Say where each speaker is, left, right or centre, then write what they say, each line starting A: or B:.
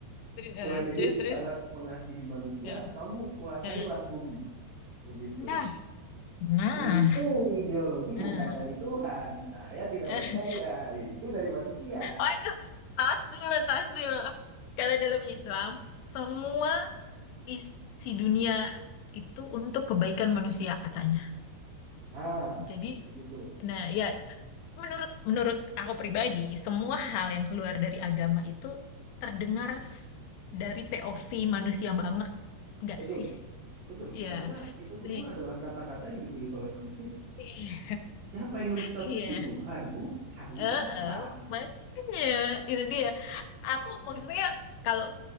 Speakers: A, on the left; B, on the right.
A: Terus, eh,
B: Tuhan ini
A: terus, terus.
B: sangat mengasihi manusia,
A: Eh,
B: kamu kuasailah
A: eh.
B: bumi. Begitu.
A: Nah, nah.
B: Itu ideologi
A: eh,
B: bukan dari Tuhan. Saya tidak
A: eh.
B: percaya. Itu dari manusia.
A: Waduh, tas dulu, tas dulu. Kalau dalam Islam, semua isi dunia itu untuk kebaikan manusia katanya.
B: Ah,
A: Jadi,
B: begitu.
A: nah ya Menurut menurut aku pribadi, semua
B: Hmm,
A: hal yang keluar dari agama itu terdengar s- dari POV manusia banget, nggak
B: Betul,
A: sih?
B: betul.
A: Iya.
B: Karena itu semua
A: Sih.
B: adalah kata-kata yang ditulis oleh manusia.
A: Iya.
B: Siapa yang nulis kitab
A: Iya.
B: suci? Tuhan, bukan
A: Heeh.
B: orang.
A: Makanya itu dia. Aku maksudnya kalau